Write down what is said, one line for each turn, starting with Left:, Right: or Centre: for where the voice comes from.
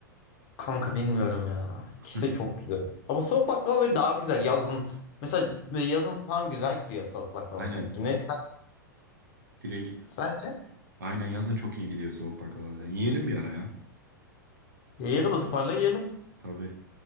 Left: Kanka bilmiyorum ya.
Right: <laughs>
Left: İkisi de çok güzel. Ama soğuk baklava böyle daha güzel yazın. Mesela böyle yazın falan güzel gidiyor soğuk baklava
Right: Aynen.
Left: sanki. Ne sen-
Right: Direkt.
Left: sence?
Right: Aynen yazın çok iyi gidiyor soğuk baklava. zaten. yiyelim bir ara ya.
Left: Yiyelim ısmarla yiyelim.
Right: Tabii.